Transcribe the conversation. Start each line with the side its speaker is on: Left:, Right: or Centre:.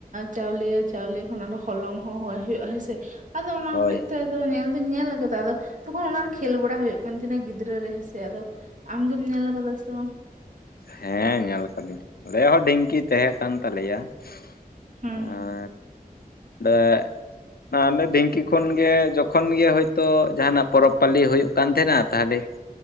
Right: ᱪᱟᱣᱞᱮᱭᱟ ᱪᱟᱣᱞᱮ ᱚᱱᱟ ᱫᱚ ᱦᱚᱞᱚᱝ ᱦᱚᱸ ᱦᱳᱭᱳᱜᱼᱟ ᱦᱮᱸ ᱥᱮ ᱾ ᱟᱫᱚ ᱚᱱᱟ
Left: ᱦᱳᱭ
Right: ᱦᱚᱛᱮᱡ ᱛᱮ ᱧᱮᱞ ᱫᱩᱧ ᱧᱮᱞ ᱠᱟᱫᱟ ᱟᱫᱚ, ᱛᱚᱠᱷᱚᱱ ᱚᱱᱟᱨᱮ ᱠᱷᱮᱞ ᱵᱟᱲᱟ ᱦᱳᱭᱳᱜ ᱠᱟᱱ ᱛᱟᱦᱮᱱᱟ ᱜᱤᱫᱽᱨᱟᱹ ᱨᱮ ᱦᱮᱸ ᱥᱮ, ᱟᱫᱚ ᱟᱢ ᱫᱚᱢ ᱧᱮᱞ ᱟᱠᱟᱫᱟ ᱥᱮ ᱵᱟᱝ?
Left: ᱦᱮᱸ ᱧᱮᱞ ᱠᱟᱫᱟᱹᱧ ᱟᱞᱮ ᱦᱚᱸ ᱰᱷᱤᱝᱠᱤ ᱛᱟᱦᱮᱸ ᱠᱟᱱ ᱛᱟᱞᱮᱭᱟ ᱾
Right: ᱦᱩᱸ
Left: ᱟᱨ <unintelligible> ᱰᱷᱤᱝᱠᱤ ᱠᱷᱚᱱ ᱜᱮ, ᱡᱚᱠᱷᱚᱱ ᱜᱮ ᱦᱳᱭᱛᱳ ᱡᱟᱦᱟᱱᱟᱜ ᱯᱚᱨᱚᱵᱽ ᱯᱟᱹᱞᱤ ᱦᱳᱭᱳᱜ ᱠᱟᱱ ᱛᱟᱦᱮᱱᱟ᱾ ᱛᱟᱦᱚᱞᱮ